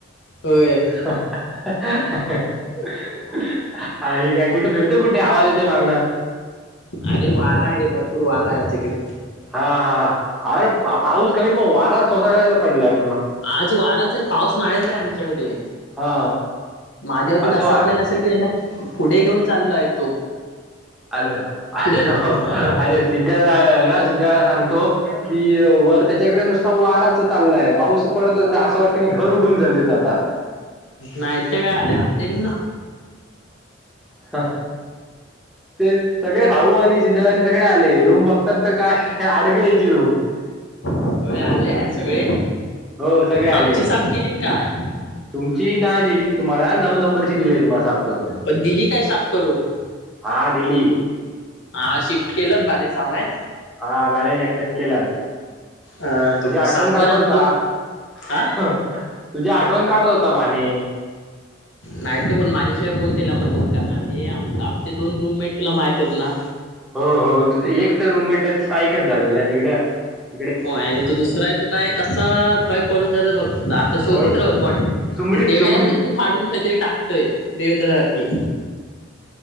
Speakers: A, on the left; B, in the centre.
A: होय
B: <unintelligible> आरे काय कुठे फिरतो कुठे आवाज येतोयं मागनं.
A: अरे वारा आहे रे भरपूर वारा आहे आज इकडे
B: हा हा अरे पा- पाऊस <unintelligible>
A: आज वाराच हे पाऊस नाहीचाय आमच्याकडे.
B: हा
A: माझ्या वतीनं
B: असं
A: असा
B: वा
A: प्लॅन असेल कि त्यांना पुढे घेऊन चाललं आहेत.
B: अरे अरे
A: म्हणतो होता
B: अरे सिद्धा ना सिद्धाला सांग. तो कि वर त्याच्याकडे नुसता वाराच चाललाय पाऊस पडतच नाय. असं वाटतं की घर उडून रायलेत आता.
A: नाहीत काय आरे आमच्या इथ
B: हा. ते सगळे भाऊ आणि सिद्धबा आणि सगळे आले रूम बघतात तर काय आडगळीची रूम <inaudible>
A: होय आल्यात सगळे?
B: हो सगळे आले,
A: आमची साफ केली ना काय
B: तुमची नाही दिली. तुम्हाला नऊ नंबरची दिलीय, तुम्हाला साफ. करून
A: पण दिली काय साफ करून?
B: हा दिली
A: हा शिफ्ट केलं न बा ने सामाय.
B: हा बानेने एकट्यानं केलानं.
A: अ
B: तुझी
A: तो
B: आठवण
A: सागर
B: काढतं
A: आमचं
B: होता.
A: हा
B: तुझी आठवण काढत होता बाने.
A: नाही त कोण माझ्याशिवाय कोण त्याला मदत कर आरे हे, आमं आमचे दोन रूममेट तुला माहित हेत ना?
B: हो हो त एक तर रूममेटच स्थाईकच झाले ना तिकड
A: होय आणि तू दुसरा आहे तो काय कसा काय पळून जायच बघ आता शोधीत
B: पण
A: राहत कॉड
B: सुमडीत
A: ते देवयारकी
B: सुमडीत
A: च बुक फाडून काहीतरी टाकतोय देवेंद्र सारखी